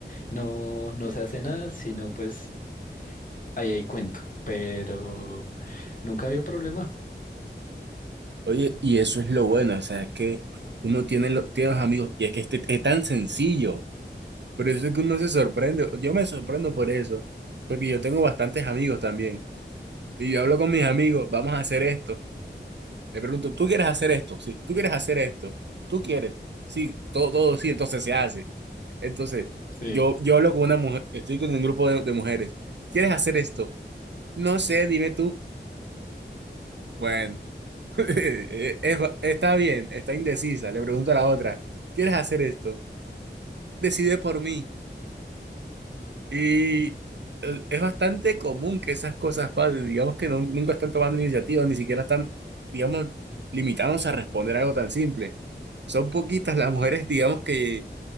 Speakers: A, on the left (about 45°); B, on the right (about 70°).
A: no, no se hace nada, sino pues ahí hay cuento, pero nunca había problema.
B: Oye, y eso es lo bueno, o sea, es que uno tiene, lo- tiene los amigos y es que este- es tan sencillo. Por eso es que uno se sorprende. Yo me sorprendo por eso. Porque yo tengo bastantes amigos también. Y yo hablo con mis amigos, vamos a hacer esto. Le pregunto, ¿tú quieres hacer esto? Sí, ¿tú quieres hacer esto? ¿Tú quieres? Sí, todo, todo sí, entonces se hace. Entonces,
A: Sí,
B: yo, yo hablo con una mujer, estoy con un grupo de, de mujeres. ¿Quieres hacer esto? No sé, dime tú. Bueno, <laughs> eh, eh, está bien, está indecisa. Le pregunto a la otra, ¿quieres hacer esto? Decide por mí. Y eh, es bastante común que esas cosas pasen, digamos que no- nunca están tomando iniciativas, ni siquiera están, digamos, limitándose a responder algo tan simple. Son poquitas las mujeres, digamos que,